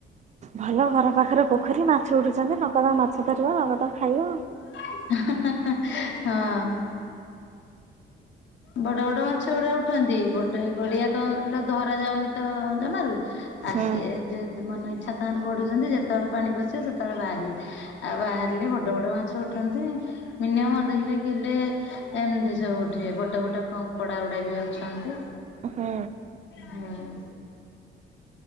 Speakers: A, on the right (about 35°); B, on the left (about 65°).
A: ଭଲ ଘର ପାଖରେ ପୋଖରୀ ମାଛ ଉଠୁଛନ୍ତି ନଗଦ ମାଛ ଧରିବ ନଗଦ ଖାଇବ।
B: ଏ ହ-ହ-ହ-ହ ହଁ। ବଡ ବଡ ମାଛ ଗୁଡା ଉଠନ୍ତି ଗୋଟେ ଗଡିଆ କଁ କହିଲ ଧରା ଯାଉନି ତ ଜମାରୁ। ଆ
A: ହୁଁ।
B: ସିଏ ଯେ ମନ ଇଚ୍ଛା ତାହାର ବଢ଼ୁଛନ୍ତି ଯେତେବେଳେ ପାଣି ପଶିବ ସେତେବେଳେ ବାହାରିବେ ଆଉ ବାହାରିଲେ ବଡ଼ ବଡ଼ ମାଛ ଛନ୍ତି ମିନିଅମ୍ ଅଧକିଲେ କିଲେ ଏମ୍ତି ଠି ଏପଟେ ଗୋଟେ କଙ୍କଡ଼ା ଗୁଡ଼ା ବି ଅଛନ୍ତି।
A: ହୁଁ।
B: ହୁଁ।